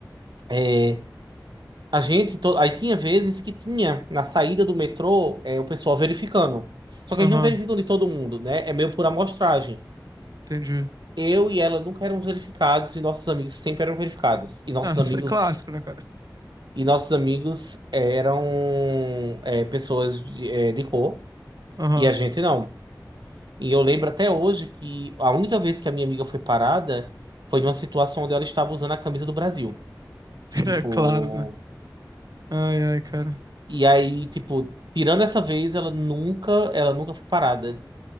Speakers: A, on the right; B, on the right.
A: é, a gente. to- Aí tinha vezes que tinha, na saída do metrô, é, o pessoal verificando. Só que
B: Aham.
A: eles não verificam de todo mundo, né? É meio por amostragem.
B: Entendi.
A: Eu e ela nunca eram verificados e nossos amigos sempre eram verificados. E nossos
B: Ah, isso
A: amigos.
B: é clássico, né, cara?
A: E nossos amigos eram é, pessoas de, é, de cor
B: Aham.
A: e a gente
B: <laughs>
A: não. E eu lembro até hoje que a única vez que a minha amiga foi parada foi numa situação onde ela estava usando a camisa do Brasil.
B: É
A: Tipo,
B: claro, né? Ai, ai, cara.
A: e aí, tipo, tirando essa vez, ela nunca, ela nunca foi parada,